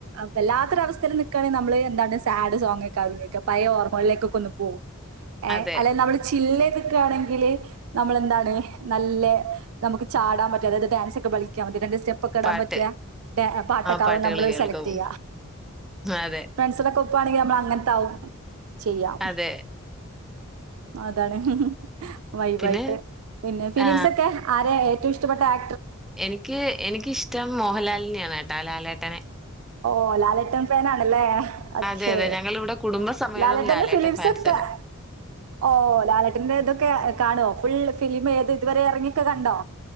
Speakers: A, on the right; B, in the centre.
A: വല്ലാത്തൊരസ്ഥയി നൽക്കുകണെങ്കിൽ നമ്മൾ എന്താണ് സാഡ് സോങ് ഒക്കെ പയ ഓർമ്മകിലേക്കൊക്കെ പോവും ഏ
B: അതെ.
A: അല്ലെ നമ്മള് ചില്ലേ നിൽക്കുവാണങ്കില് നമ്മളെന്താണ് നല്ല നമുക്ക് ചാടാൻ പറ്റും അതായത് ഡാൻസ് ഒക്കെ കളിക്കാൻ പറ്റ രണ്ട് സ്റ്റെപ്പ് ഒക്കെ ഇടാൻ
B: പാട്ട്.
A: പറ്റിയ പാട്ടൊക്കെ
B: പാട്ടുകള്
A: ആ നമ്മള്
B: കേൾക്കും.
A: സെലക്ട് ചെയ്യുക.
B: അതെ,
A: ഫ്രണ്ട്സിലൊക്കെ അവാണെങ്കിൽ നമ്മൾ അങ്ങനത്തെ ആവും. ചെയ്യാം
B: അതെ.
A: അതാണ് വൈബായിട്ട്.
B: പിന്നെ
A: പിന്നെ ഫിലിംസ്
B: ആ
A: ഒക്കെ ആരെ ഇഷ്ടപ്പെട്ട ആ
B: എനിക്ക് എനിക്കിഷ്ടം മോഹൻലാലിനെയാണ് കേട്ടോ ലാലേട്ട ട്ടനെ
A: ഓ ലാലേട്ട ഫാനാണല്ലേ ഒക്കേ
B: അതെ, അതെ. ഞങ്ങളിവിടെ കുടുംബസമേതം
A: ലാലട്ടന്റെ
B: ലാലേട്ടൻ
A: ഫിലിംസൊക്കെ
B: ഫാൻസാണ്.
A: ഓ ലാലേട്ടന്റെ ഇതൊക്കെ കാണോ ഫുൾ ഫിലിം ഏത് ഇതുവരെ ഇറങ്ങിക്ക കണ്ടോ